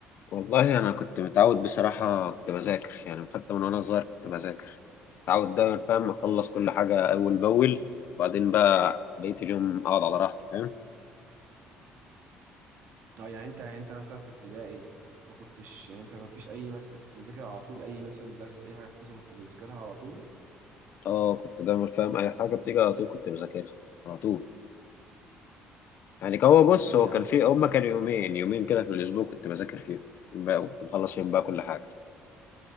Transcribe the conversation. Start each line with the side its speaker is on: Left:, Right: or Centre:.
Left: والله انا كنت متعود بصراحه كنت بذاكر يعني حتى من وانا صغير كنت بذاكر متعود دايما فاهم اخلص كل حاجه اول باول وبعدين بقى بقيه اليوم اقعد على راحتي فاهم
Right: اه يعني انت يعني انت مثلا في ابتدائي ما كنتش يعني انت ما فيش اي مثلا كنت بتذاكر على طول اي مثلا درس اي حاجه مثلا كنت بتذاكرها على طول
Left: اه كنت دايما فاهم اي حاجه بتيجي على طول كنت بذاكرها على طول يعني كان هو
Right: طب
Left: بص
Right: ايه
Left: هو
Right: يا
Left: كان
Right: عم
Left: في هما
Right: انت
Left: كانوا يومين يومين كده في الاسبوع كنت بذاكر فيهم بقى وكنت بخلص فيهم بقى كل حاجه